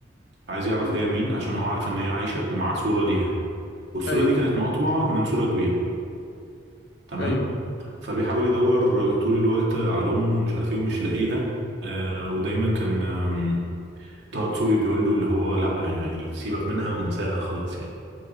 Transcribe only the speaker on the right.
عايز يعرف
هي مين عشان هو عارف ان هي عايشه ومعاه صوره ليها والصوره
دي كانت مقطوعه من صوره كبيره تمام
فبيحاول يدور طول الوقت على امه ومش عارف ايه ومش لاقيها آه ودايما كان آم، طه دسوقي بيقول له اللي هو لا يعني سيبك منها وانساها خلاص يعني